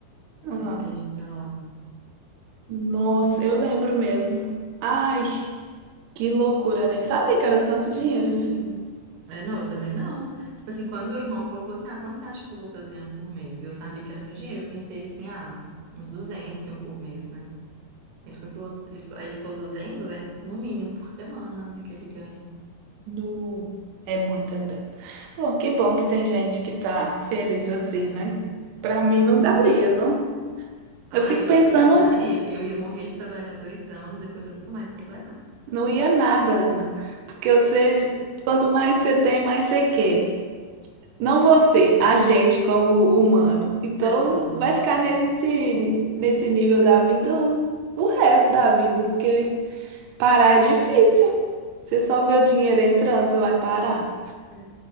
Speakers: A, on the right; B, on the right.
A: Ah,
B: em vez de ir pra lá.
A: nossa, eu lembro mesmo. Ai, que loucura, eu nem sabia que era tanto dinheiro assim.
B: É, não, eu também não. Tipo assim, quando meu irmão falou, falou assim, ah, quanto você acha que o Lucas ganha por mês? Eu sabia que era muito dinheiro, eu pensei assim, ah, uns duzentos mil por mês, né? Ele foi, e falou, ele, fa- aí ele falou duzentos duzentos no mínimo por semana, né, que ele ganha.
A: No... É muita grana. Bom, que bom que tem gente que tá feliz assim,
B: É,
A: né? Pra
B: sim.
A: mim não daria, não. Eu
B: Ah,
A: fico
B: eu,
A: pensando,
B: eu daria, eu ia morrer de trabalhar dois anos, depois eu nunca mais ia trabalhar.
A: não ia nada, Ana. Porque você, quanto mais você tem, mais você quer. Não você, a gente como humano. Então,
B: Ser humano, né?
A: vai ficar nesse, nesse nível da vida o resto da vida, porque parar é difícil. Você só vê o dinheiro entrando, você vai parar.
B: É.